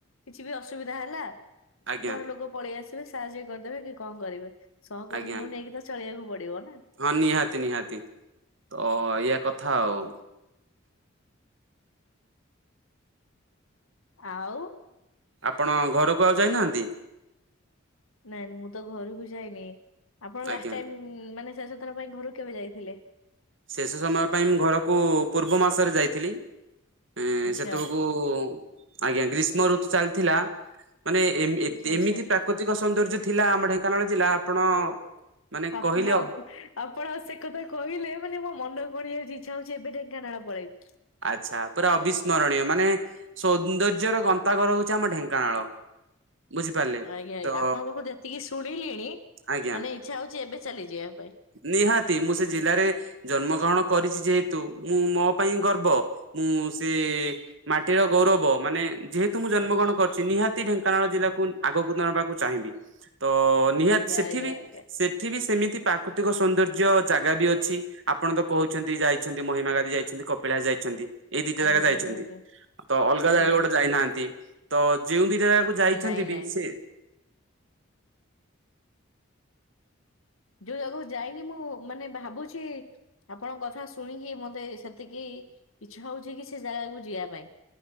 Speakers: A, on the left; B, on the right.
A: କିଛି ବି ଅସୁବିଧା ହେଲା
B: ଆଜ୍ଞା
A: ଘର ଲୋକ ପଳେଇ ଆସ ସାହାଯ୍ୟ କରିଦେବେ କି କଣ କରିବେ ସହକର୍ମୀଙ୍କୁ
B: ଆଜ୍ଞା
A: ନେଇକି ତ ଚଳିବାକୁ ପଡିବ। ନା
B: ହଁ ନିହାତି ନିହାତି ତ ଏୟା କଥା ଆଉ
A: ଆଉ
B: ଆପଣ ଘରକୁ ଆଉ ଯାଇନାହାନ୍ତି?
A: ନାଇଁ ମୁଁ ତ ଘରକୁ ଯାଇନି ଆପଣ
B: ଆଜ୍ଞା।
A: ଲାଷ୍ଟ ଟାଇମ ମାନେ ଶେଷଥର ପାଇଁ ଘରୁ କେବେ ଯାଇଥିଲେ?
B: ଶେଷ ସମୟ ପାଇଁ ମୁଁ ଘରକୁ ପୂର୍ବ ମାସରେ ଯାଇଥିଲି। ଏଁ
A: ଆଚ୍ଛା
B: ସେତେବେଳକୁ ଆଜ୍ଞା ଗ୍ରୀଷ୍ମ ଋତୁ ଚାଲିଥିଲା। ମାନେ ଏ
A: ଆଚ୍ଛା
B: ଏମିତି
A: ଆଚ୍ଛା
B: ପ୍ରାକୃତିକ ସୌନ୍ଦର୍ଯ୍ୟ ଥିଲା ଆମ ଢେଙ୍କାନାଳ ଜିଲ୍ଲା ଆପଣ
A: ଓହୋ
B: ମାନେ
A: ଆପଣ
B: କହିଲେ
A: ଆଉ ଆଉ ଆପଣ ସେ କଥା କହିଲେ ମାନେ ମୋ ମନେ ପଡିଯାଉଛି। ଇଚ୍ଛା ହଉଛି ଏବେ ଢେଙ୍କାନାଳ ପଳେଇବି।
B: ଆଛା ପୁରା ଅବିସ୍ମରଣୀୟ ମାନେ ସୌନ୍ଦର୍ଯ୍ୟର ଗନ୍ତାଘର ହେଉଛି ଆମ ଢେଙ୍କାନାଳ। ବୁଝିପାରିଲେ
A: ଆଜ୍ଞା
B: ତ
A: ଆଜ୍ଞା ଆପଣଙ୍କ ଠୁ ଯେତିକି ଶୁଣିଲିଣି
B: ଆଜ୍ଞା
A: ମାନେ ଇଚ୍ଛା ହେଉଛି ଏବେ ଚାଲିଯିବା ପାଇଁ।
B: ନିହାତି ମୁଁ ସେ ଜିଲ୍ଲାରେ ଜନ୍ମ ଗ୍ରହଣ କରିଛି। ଯେହେତୁ ମୁଁ ମୋ ପାଇଁ ଗର୍ବ ମୁଁ ସେ ମାଟିର ଗୌରବ ମାନେ ଯେହେତୁ ମୁଁ ଜନ୍ମଗ୍ରହଣ କରିଛି ନିହାତି ଢେଙ୍କାନାଳ ଜିଲ୍ଲାକୁ ଆଗକୁ ନେବାକୁ ଚାହିଁବି। ତ ନିହାତି
A: ଆଜ୍ଞା
B: ସେଠି
A: ଆଜ୍ଞା
B: ବି
A: ଆଜ୍ଞା
B: ସେଠି ବି ସେମିତି ପ୍ରାକୃତିକ ସୌନ୍ଦର୍ଯ୍ୟ ଜାଗା ବି ଅଛି। ଆପଣତ କହୁଛନ୍ତି ଯାଇଛନ୍ତି ମହିମାଗାଧି ଯାଇଛନ୍ତି। କପିଳାସ ଯାଇଛନ୍ତି। ଏଇ ଦୁଇଟା
A: ଆଜ୍ଞା
B: ଜାଗା ଯାଇଛନ୍ତି।
A: ଆଜ୍ଞା ଆଜ୍ଞା
B: ତ ଅଲଗା
A: ଆଜ୍ଞା
B: ଜାଗା ଗୋଟେ ଯାଇନାହାନ୍ତି। ତ ଯେଉଁ ଦି ଜାଗାକୁ ଯାଇଛନ୍ତି
A: ନାଇଁ
B: ବି
A: ନାଇଁ
B: ସେ
A: ଯେଉଁ ଜାଗା କୁ ଯାଇନି ମୁଁ ମାନେ ଭାବୁଛି ଆପଣଙ୍କ କଥା ଶୁଣିକି ମତେ ସେତିକି ଇଚ୍ଛା ହେଉଛିକି ସେ ଜାଗାକୁ ଯିବା ପାଇଁ।